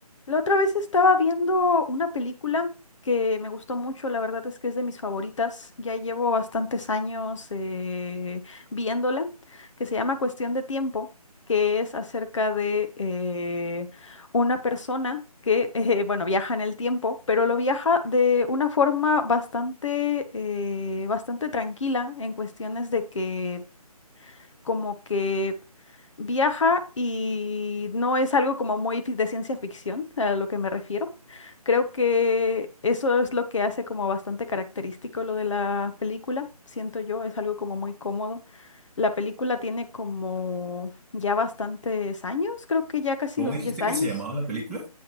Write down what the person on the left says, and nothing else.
La otra vez estaba viendo una película que me gustó mucho, la verdad es que es de mis favoritas, ya llevo bastantes años eh, viéndola, que se llama Cuestión de Tiempo, que es acerca de eh, una persona que, <laughs> eh, bueno, viaja en el tiempo, pero lo viaja de una forma bastante, eh, bastante tranquila en cuestiones de que como que viaja y no es algo como muy fi- de ciencia ficción, a lo que me refiero. Creo que eso es lo que hace como bastante característico lo de la película, siento yo, es algo como muy cómodo. La película tiene como ya bastantes años, creo que ya casi
los
10 años.